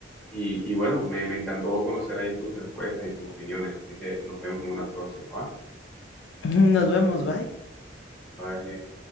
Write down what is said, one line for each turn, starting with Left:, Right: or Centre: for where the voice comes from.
Centre: Y, y bueno, me, me encantó conocer ahí tus respuestas y tus opiniones. Así que nos vemos en una próxima, ¿va?
Left: <laughs> Nos vemos, bye.
Centre: Bye.